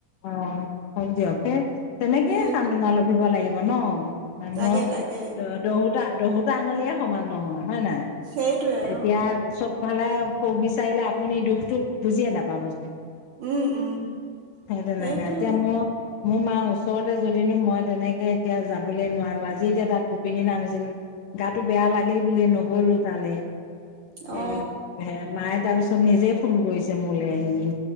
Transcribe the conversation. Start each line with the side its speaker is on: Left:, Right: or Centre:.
Left: অ', হয় দিয়ক, সেই তেনেকেই
Right: সেইটো
Left: সান্তনা লভিব লাগিব ন'। মানুহক
Right: তাকে তাকে
Left: অ' দহোতা- দহোতা আঙুলিয়ে সমান নহয়, হয় নাই?
Right: সেইটোৱে
Left: এতিয়া
Right: অ
Left: চব ফালে সুখ বিচাৰিলে, আপুনি দুখটো বুজিয়ে নাপাবচোন।
Right: উম, উম।
Left: সেই তেনেকা।
Right: সেইটোৱে
Left: এতিয়া ম মোৰ মাৰ ওচৰতে, যদিনো মই তেনেকে এতিয়া যাবলৈ নোৱাৰোঁ। আজি এতিয়া তাত গোপিনী নাম আছিল। গাটো বেয়া লাগিল বুলি নগ'লো তালে। এ
Right: অ
Left: হে- মায়ে তাৰপিছ ত নিজে ফোন কৰিছে মোলে আহি